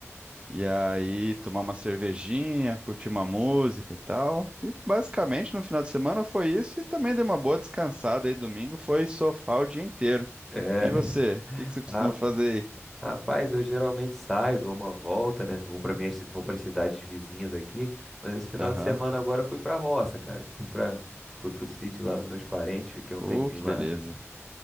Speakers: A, on the right; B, in the centre.
A: E aí, tomar uma cervejinha, curtir uma música e tal. E basicamente no final de semana foi isso e também dei uma boa descansada aí. Domingo foi sofá o dia inteiro.
B: É,
A: E você, o que que você costuma
B: rap-
A: fazer
B: rapaz, eu geralmente saio, dou uma volta, né? Vou para minhas, vou para cidades vizinhas aqui, mas esse final
A: aí? Aham.
B: de semana agora eu fui pra roça, cara. Fui pra, fui pro sítio lá dos meus parentes, fiquei um
A: Uh,
B: tempinho
A: que
B: lá
A: beleza.